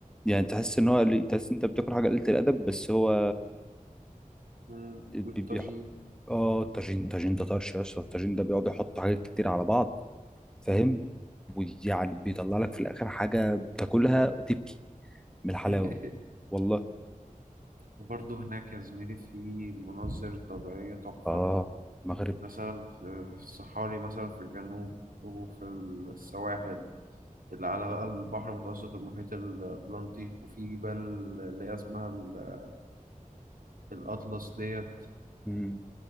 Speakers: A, in the centre; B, on the right.
A: يعني تحس إن هو تحس إن أنت بتاكل حاجة قليلة الأدب بس هو
B: مم.
A: بي-
B: والطاجين
A: بيح... اه الطاجين الطاجين ده طرش يا اسطى الطاجين ده بيقعد يحط حاجات كتير على بعض فاهم
B: مم.
A: ويعني بيطلع لك في الاخر حاجه بتاكلها تبكي من الحلاوه
B: <laughs>
A: والله
B: وبرضه هناك يا زميلي في مناظر طبيعية تحفة
A: اه المغرب
B: مثلا في الصحاري مثلا في الجنوب وفي السواحل اللي على بقى البحر المتوسط والمحيط الأطلنطي وفي جبال اللي هي اسمها ال- الأطلس ديت
A: مم.